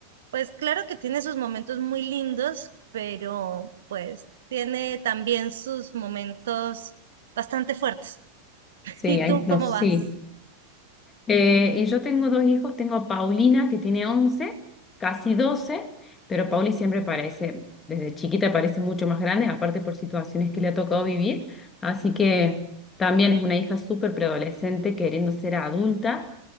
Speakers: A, on the right; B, on the left.
A: Pues claro que tiene sus momentos muy lindos, pero pues tiene también sus momentos bastante fuertes.
B: Sí,
A: ¿Y
B: hay-
A: tú
B: no,
A: cómo
B: sí.
A: vas?
B: Eh, y yo tengo dos hijos, tengo a Paulina que tiene 11 casi doce pero Pauli siempre parece, desde chiquita parece mucho más grande, aparte por situaciones que le ha tocado vivir, así que también es una hija súper preadolescente queriendo ser adulta